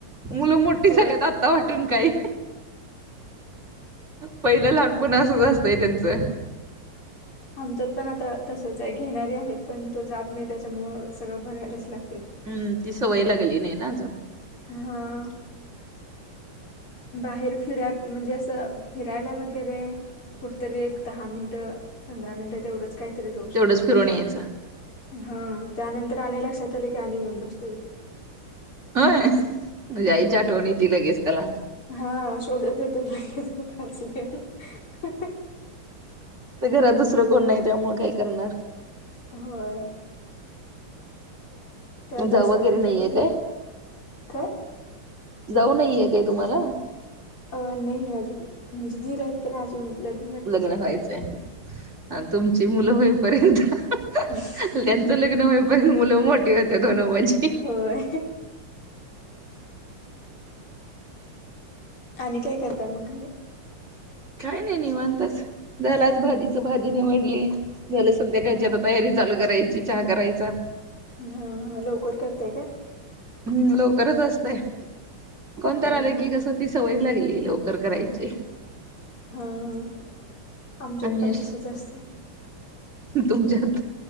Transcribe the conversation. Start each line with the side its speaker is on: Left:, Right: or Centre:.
Right: मुलं मोठी
Left: होय
Right: झालीत आता वाटून काय? पहिलं लहानपण
Left: हा
Right: असच
Left: हा
Right: असतंय त्यांचं.
Left: आमच्यात पण आता तसच आहे घेणारे आहेत पण तो जात नाही त्याच्यामुळ सगळं बघायलाच लाग
Right: हम्, ती सवयी लागली नाही ना अजून.
Left: हा. बाहेर फिराय म्हणजे असं फिरायला वगैरे कुठतरी एक दहा मिनिटं पंधरा मिनटं तेवढंच काहीतरी जाऊ
Right: तेवढंच
Left: शकते.
Right: फिरून यायचं
Left: हा त्यानंतर आणि लक्षात आल की आणि येऊन बस
Right: होय <unintelligible> आईच्या
Left: हो
Right: आठवण येती लगेच त्याला.
Left: हा शोधत येतोय लगेच कुठं बसल्या <unintelligible>
Right: घरात दुसरं कोण नाही त्यामुळे काय करणार?
Left: व्हय. ते आता
Right: जाऊ
Left: स्कूलचे
Right: वगैरे नाहीये
Left: पण
Right: काय
Left: काय
Right: जाऊ नाहीये काय तुम्हाला?
Left: अ नाही आजून म्हणजे दीर आहेत पण अजून लग
Right: लग्न व्हायचं हाय तुमची मुलं होईपर्यंत त्यांचं
Left: हा
Right: लग्न होईपयंत मुलं मोठी होत्यात म्हणाव माझी.
Left: व्हय. आणि काय करताय मगं घरी?
Right: काही नाही निवांतचं, झाल आज भाजीच भाजी निवडली झालं संध्याकाळची
Left: हा हा
Right: आता तयारी चालू करायची, चहा करायचा,
Left: हा हा लवकर करताय काय?
Right: हम्म लवकरच आसतय कोण तर
Left: हा
Right: आल
Left: हा
Right: की कसं ती स सवय लागली हे लवकर करायची.
Left: हा ह आमच्यात
Right: आणि
Left: पण
Right: यश
Left: तसचं असतय.
Right: तुमच्यात